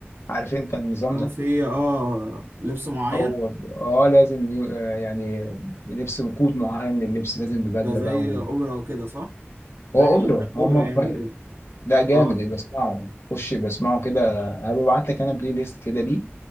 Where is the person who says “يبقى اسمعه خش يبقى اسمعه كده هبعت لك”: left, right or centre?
Left